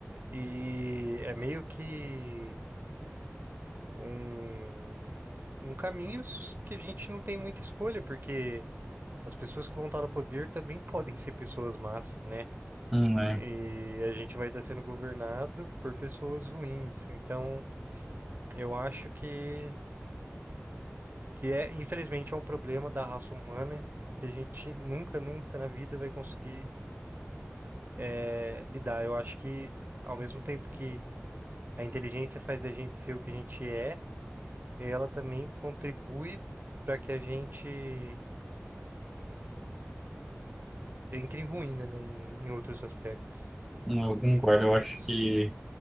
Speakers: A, on the right; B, in the centre.
A: E é meio que um, um caminho s- que a gente não tem muita escolha, porque as pessoas que vão estar no poder também <laughs> podem ser pessoas más, né?
B: Hum, é.
A: E a gente vai estar sendo governado por pessoas ruins. Então, eu acho que, que é, infelizmente, é um problema da raça humana que a gente nunca, nunca na vida vai conseguir eh, lidar. Eu acho que, ao mesmo tempo que a inteligência faz da gente ser o que a gente é, ela também contribui para que a gente entre em ruína, né, em, em outros aspectos.
B: Não, Eu concordo,
A: Bem complexo.
B: eu acho que